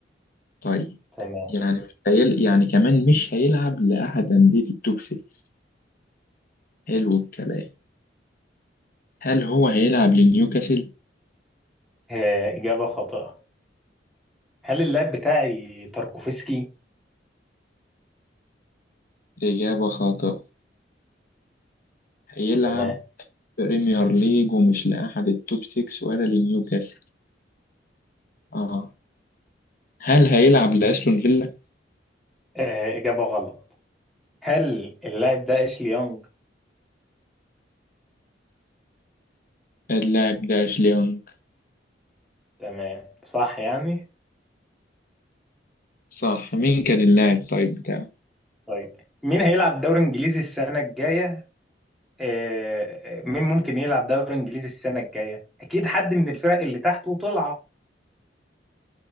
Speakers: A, on the left; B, in the centre.
A: طيب
B: تمام
A: يعني مش هيل... يعني كمان مش هيلعب لأحد أندية التوب 6 حلو الكلام هل هو هيلعب لنيوكاسل
B: آه، إجابة خاطئة هل اللاعب بتاعي تاركوفسكي
A: إجابة خاطئة هيلعب
B: تمام
A: بريمير ليج ومش لأحد التوب 6 ولا لنيوكاسل اه هل هيلعب لأستون فيلا؟
B: آه، إجابة غلط هل اللاعب ده أشلي يونج
A: اللاعب ده أشلي يونغ
B: تمام صح يعني
A: صح مين كان اللاعب طيب بتاعه؟
B: طيب مين هيلعب دوري إنجليزي السنة الجاية آه، آه، مين ممكن يلعب دوري إنجليزي السنة الجاية أكيد حد من الفرق اللي تحت وطلع